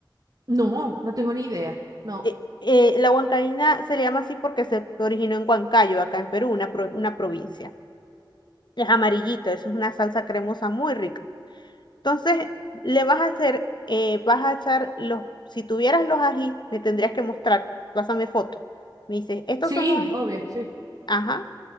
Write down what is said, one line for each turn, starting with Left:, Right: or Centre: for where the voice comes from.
Right: No, no tengo ni idea. No.
Left: Eh, eh, la huancaína se le llama así porque se originó en Huancayo, acá en Perú, una, pro- una provincia. Es amarillito, eso es una salsa cremosa muy rica. Entonces, le vas a hacer, eh, vas a echar los, si tuvieras los ají, me tendrías que mostrar, pásame foto. Me dices, ¿estos
Right: Sí,
Left: son los ají?
Right: obvio, sí.
Left: Ajá.